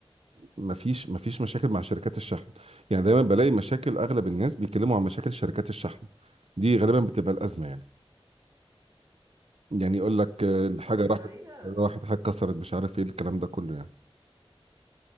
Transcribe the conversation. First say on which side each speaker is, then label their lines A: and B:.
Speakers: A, on the right; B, on the right.
A: مفيش مفيش مشاكل مع شركات الشحن يعني دايما بلاقي مشاكل اغلب الناس بيتكلموا عن مشاكل شركات الشحن دي غالبا بتبقى الازمه يعني يعني يقول لك آه، الحاجه
B: هو في الحقيقة
A: راحت راحت حاجه كسرت مش عارف ايه الكلام ده كله يعني